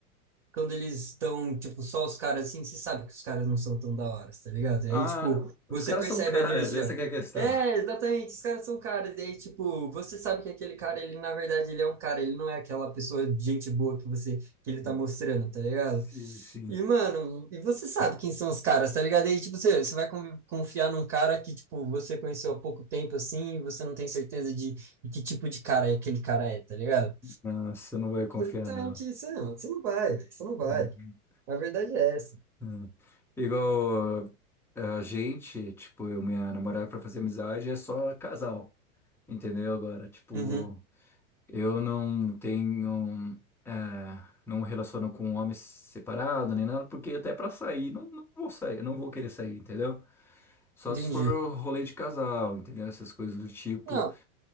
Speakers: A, on the right (about 35°); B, in the centre.
A: quando eles estão, tipo, só os caras assim, você sabe que os caras não são tão da hora, tá ligado? E
B: Ah,
A: aí, tipo,
B: os
A: você
B: caras
A: percebe
B: são caras,
A: a energia.
B: essa que é a questão.
A: É, exatamente, os caras são caras. E aí, tipo, você sabe que aquele cara, ele, na verdade, ele é um cara, ele não é aquela pessoa de gente boa que você, que ele
B: <laughs>
A: tá mostrando, tá ligado?
B: Sim, sim.
A: E, mano, e você sabe quem são os caras, tá ligado? E aí, tipo, você, você vai convi- confiar num cara que, tipo, você conheceu há pouco tempo, assim, e você não tem certeza de, de que tipo de cara é aquele cara é, tá ligado?
B: Não, você não vai confiar,
A: Foi Justamente
B: não.
A: isso, não. Você não vai, velho, você não vai.
B: Uhum.
A: A verdade é essa.
B: Uhum. Igual ah, a gente, tipo, eu e minha namorada pra fazer amizade é só casal, entendeu? Agora, tipo,
A: Uhum,
B: eu não tenho, é, não me relaciono com homens separado nem nada, porque até pra sair, não, não vou sair, não vou querer sair, entendeu? Só
A: entendi.
B: se for rolê de casal, entendeu? Essas coisas do tipo.
A: Não,